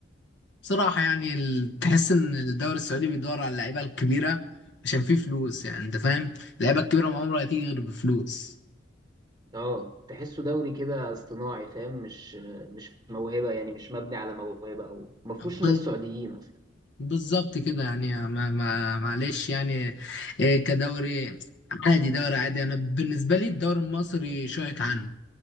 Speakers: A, on the left; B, on the right.
A: بصراحة يعني ال- تحس إن الدوري السعودي بيدور على اللعيبة الكبيرة عشان فيه فلوس يعني أنت فاهم؟ اللعيبة الكبيرة ما عمرها هتيجي غير بفلوس
B: اه تحسه دوري كده اصطناعي فاهم مش مش موهبه يعني مش مبني على موهبه او ما فيهوش
A: ب-
B: ناس سعوديين اصلا
A: بالظبط كده يعني آه، ما ما معلش يعني إيه كدوري عادي دوري عادي أنا بالنسبة لي الدوري المصري شوية عنه